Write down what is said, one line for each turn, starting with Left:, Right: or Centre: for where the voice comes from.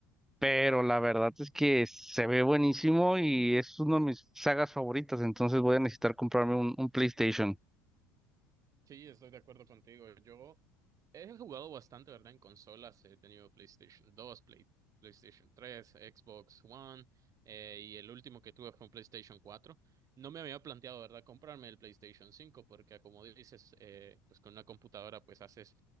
Centre: pero la verdad es que se ve buenísimo y es una de mis sagas favoritas, entonces voy a necesitar comprarme un, un PlayStation.
Right: Sí, estoy de acuerdo contigo. Yo he jugado bastante, ¿verdad? En consolas. He tenido PlayStation 2, Play- PlayStation 3, Xbox One, eh, y el último que tuve fue un PlayStation 4. No me había planteado, ¿verdad?, comprarme el PlayStation cinco porque como dices, eh, pues con una computadora pues haces